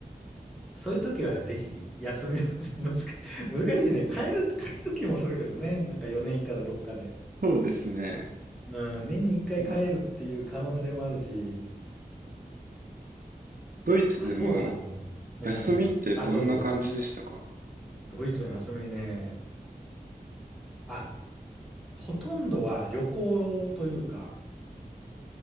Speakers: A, in the centre; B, on the right.
A: そういう時はぜひ休みを <laughs> 難し難しいね。帰る、帰る気もするけどね。なんか4年いたらどっかで。
B: そうですね。
A: うん、年に1回帰るっていう可能性もあるし。
B: まあ、ドイツでの
A: あ、そうだ、あの、うん。
B: 休みってどんな感じでしたか
A: あ、どうぞどうぞ。ドイツの休みね。あ、ほとんどは旅行というか、